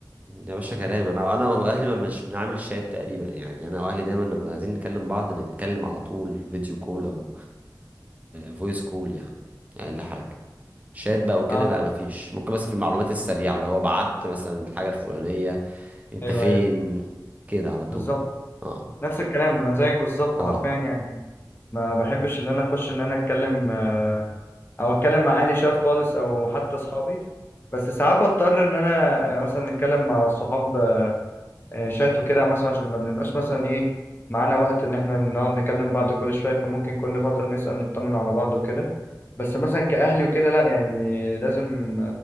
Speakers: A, on the right; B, on the left.
A: يا باشا كلام انا انا واهلي ما مش بنعمل شات تقريبا يعني انا واهلي دايما لما عايزين نكلم بعض نتكلم على طول فيديو كول او فويس كول يعني اقل حاجه شات بقى وكده
B: اه
A: لا مفيش ممكن مثلا في المعلومات السريعه اللي هو بعت مثلا الحاجه الفلانيه انت
B: ايوه
A: فين
B: ايوه
A: كده على طول
B: بالظبط
A: اه
B: نفس الكلام انا زيك بالظبط
A: اه
B: حرفيا يعني ما بحبش ان انا اخش ان انا اتكلم آه، او اتكلم مع اهلي شات خالص او حتى اصحابي بس ساعات بضطر ان انا آه، مثلا اتكلم مع الصحاب آه، شات وكده مثلا عشان ما بنبقاش مثلا ايه معانا وقت ان احنا نقعد نكلم بعض كل شويه فممكن كل فتره نسال نطمن على بعض وكده بس مثلا كاهلي وكده لا يعني لازم